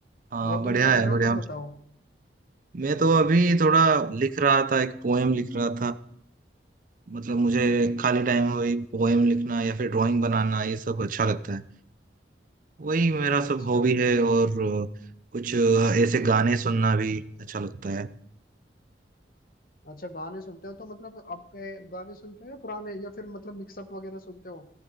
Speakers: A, on the right; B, on the left.
A: हाँ
B: और
A: बढ़िया
B: तुम क्या कर
A: है
B: रहे
A: बढ़िया
B: हो तुम बताओ
A: मैं तो अभी थोड़ा लिख रहा था एक पोएम लिख रहा था मतलब मुझे खाली टाइम में वही पोएम लिखना या फिर ड्राइंग बनाना ये सब अच्छा लगता है वही मेरा
B: अच्छा
A: सब हॉबी है और अ, कुछ अ, ऐसे गाने सुनना भी अच्छा लगता है
B: अच्छा गाने सुनते हो तो मतलब आपके गाने सुनते हो या पुराने या फिर मतलब मिक्सअप वगैरह सुनते हो